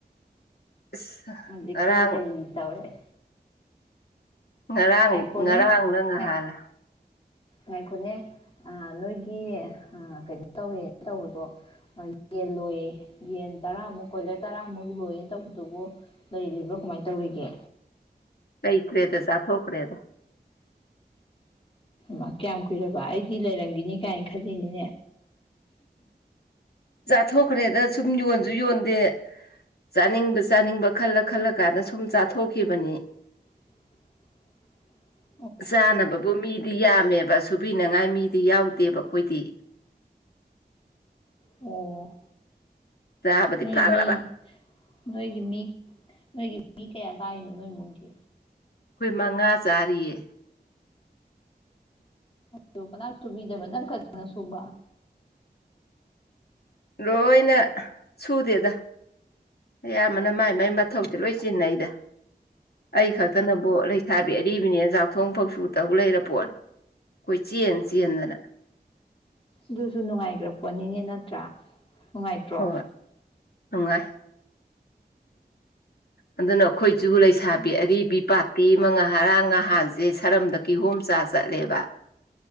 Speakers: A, on the left; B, on the left.
A: ꯑꯁ
B: ꯍꯧꯖꯤꯛꯇꯤ
A: ꯉꯔꯥꯡ
B: ꯀꯩ ꯇꯧꯔꯦ꯫
A: ꯉꯔꯥꯡ
B: ꯉꯥꯏꯈꯣꯅꯦ
A: ꯉꯔꯥꯡꯅ ꯉꯍꯥꯜꯂ
B: ꯉꯥꯏ ꯉꯥꯏꯈꯣꯅꯦ ꯑꯥ ꯅꯣꯏꯒꯤ ꯑꯥ ꯀꯩꯅꯣ ꯇꯧꯔꯦꯅ ꯇꯧꯕꯗꯣ ꯌꯦꯟ ꯂꯣꯏꯌꯦ ꯌꯦꯟ ꯇꯔꯥꯃꯨꯛ ꯀꯣꯏꯂꯔ ꯇꯔꯥꯃꯨꯛ ꯂꯣꯏꯌꯦꯅ ꯇꯧꯕꯗꯨꯕꯨ ꯂꯩꯔꯤꯕ꯭ꯔꯣ ꯀꯃꯥꯏꯅ ꯇꯧꯔꯤꯒꯦ꯫
A: ꯂꯩꯇ꯭ꯔꯦꯗ ꯆꯥꯊꯣꯛꯈꯔꯦꯗ
B: ꯃ ꯀꯌꯥꯝ ꯀꯨꯏꯔꯕ ꯑꯩꯗꯤ ꯂꯩꯔꯝꯈꯤꯅꯤ ꯀꯥꯏꯅ ꯈꯜꯂꯤꯅꯤꯅꯦ꯫
A: ꯆꯥꯊꯣꯛꯈ꯭ꯔꯦꯗ ꯁꯨꯝ ꯌꯣꯟꯁꯨ ꯌꯣꯟꯗꯦ꯫ ꯆꯥꯅꯤꯡꯕ ꯆꯥꯅꯤꯡꯕ ꯈꯜꯂ ꯈꯜꯂ ꯀꯥꯟꯗ ꯁꯨꯝ ꯆꯥꯊꯣꯛꯈꯤꯕꯅꯤ꯫
B: <unintelligible>
A: ꯆꯥꯅꯕꯕꯨ ꯃꯤꯗꯤ ꯌꯥꯝꯃꯦꯕ ꯁꯨꯕꯤꯅꯉꯥꯏ ꯃꯤꯗꯤ ꯌꯥꯎꯗꯦꯕ ꯑꯩꯈꯣꯏꯗꯤ꯫
B: ꯑꯣ
A: ꯆꯥꯕꯗꯤ
B: ꯅꯣꯏ
A: ꯐꯈ꯭ꯔꯕ
B: ꯃꯤ ꯅꯣꯏꯒꯤ ꯃꯤ ꯅꯣꯏꯒꯤ ꯃꯤ ꯀꯌꯥ ꯆꯥꯏꯅꯣ ꯅꯣꯏ ꯏꯃꯨꯡꯒꯤ꯫
A: ꯑꯩꯈꯣꯏ ꯃꯉꯥ ꯆꯥꯔꯤꯌꯦ꯫
B: ꯑꯗꯨ ꯀꯅꯥꯝ ꯁꯨꯕꯤꯗꯕ ꯅꯪ ꯈꯛꯇꯅ ꯁꯨꯕ꯫
A: ꯂꯣꯏꯅ ꯁꯨꯗꯦꯗ꯫ ꯑꯌꯥꯝꯕꯅ ꯃꯥꯏ ꯃꯥꯏ ꯃꯊꯧꯗ ꯂꯣꯏ ꯆꯤꯟꯅꯩꯗ ꯑꯩ ꯈꯛꯇꯅꯕꯨ ꯂꯩ ꯂꯩꯁꯥꯕꯤ ꯑꯔꯤꯕꯅꯤ ꯆꯥꯛꯊꯣꯡ ꯐꯧꯁꯨ ꯇꯧ ꯂꯩꯔ ꯄꯣꯠꯅꯤ ꯀꯣꯏ ꯆꯦꯟ ꯆꯦꯟꯗꯅ꯫
B: ꯑꯗꯨꯁꯨ ꯅꯨꯡꯉꯥꯏꯈ꯭ꯔ ꯄꯣꯠꯅꯤꯅꯦ ꯅꯠꯇ꯭ꯔꯥ ꯅꯨꯡꯉꯥꯏꯇ꯭ꯔꯣ꯫
A: ꯍꯣꯏ ꯅꯨꯡꯉꯥꯏ ꯑꯗꯨꯅ ꯑꯩꯈꯣꯏꯁꯨ ꯂꯩꯁꯥꯕꯤ ꯑꯔꯤꯕꯤ ꯄꯥꯇꯤ ꯃꯉꯥꯡ ꯅꯍꯟꯁꯦ ꯁꯔꯝꯗ ꯀꯤꯍꯣꯝ ꯆꯥ ꯆꯠꯂꯦꯕ